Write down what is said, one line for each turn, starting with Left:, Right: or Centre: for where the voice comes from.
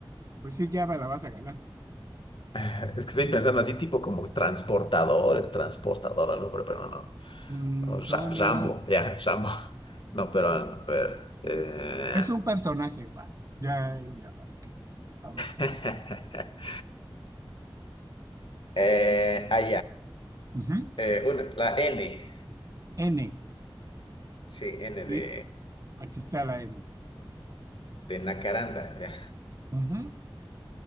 Right: pues sí, ya me la vas a ganar.
Left: <laughs> Es que estoy pensando así, tipo como transportador, el transportador, algo, pero, pero no. no.
Right: Mm,
Left: O Ra-
Right: no, no,
Left: Rambo,
Right: no.
Left: ya, Rambo. <laughs> No, pero a ver. Eh...
Right: Es un personaje, va. Ya, ya, va, ok. A ver si.
Left: <laughs> eh, ah,
Right: Ujú,
Left: Eh, una- la N.
Right: N,
Left: Sí, N
Right: sí,
Left: de,
Right: aquí está la N.
Left: de Nacaranda. Ya.
Right: Ujú,